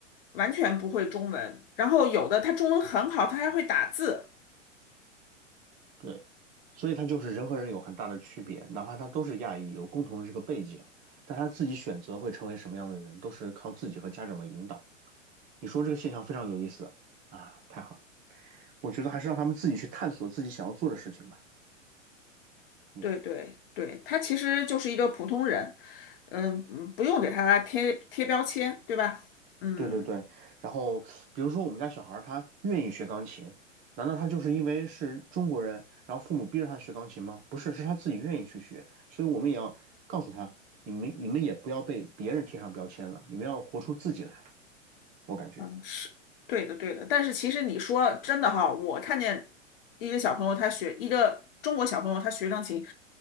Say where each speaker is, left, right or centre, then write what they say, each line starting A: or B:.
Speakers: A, on the left (about 45°); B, on the right (about 20°).
A: 完全不会中文，然后有的他中文很好，他还会打字。
B: 对，所以他就是人和人有很大的区别，哪怕他都是亚裔，有共同的这个背景，但他自己选择会成为什么样的人，都是靠自己和家长的引导。你说这个现象非常有意思啊，太好了，我觉得还是让他们自己去探索自己想要做的事情吧。嗯，
A: 对对对，他其实就是一个普通人，嗯嗯，不用给他贴贴标签，对吧？嗯。
B: 对对对。然后比如说我们家小孩儿他愿意学钢琴，难道他就是因为是中国人，然后父母逼着他学钢琴吗？不是，是他自己愿意去学。所以我们也要告诉他，你们你们也不要被别人贴上标签了，你们要活出自己来。我感觉
A: 嗯，是对的，对的。但是其实你说真的哈，我看见一个小朋友他学一个中国小朋友他学钢琴，